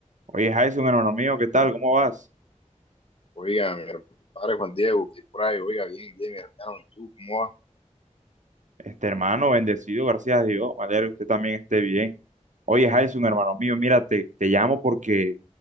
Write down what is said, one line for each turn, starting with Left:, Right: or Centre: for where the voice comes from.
Right: Oye, Jason, hermano mío, ¿qué tal? ¿Cómo vas?
Left: Oiga, mi compadre Juan Diego, que por ahí, oiga, bien, bien, mi hermano, ¿y tú cómo vas?
Right: Este hermano, bendecido, gracias a Dios. Me alegra que usted también esté bien. Oye, Jason, hermano mío, mira, te, te llamo porque